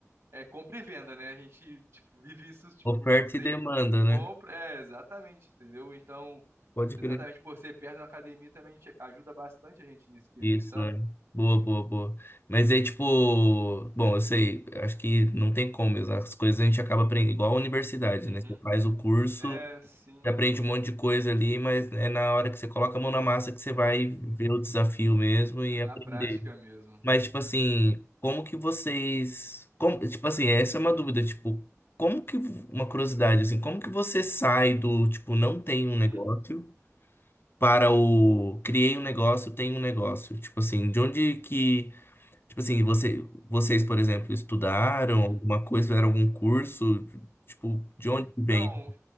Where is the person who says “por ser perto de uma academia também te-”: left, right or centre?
Right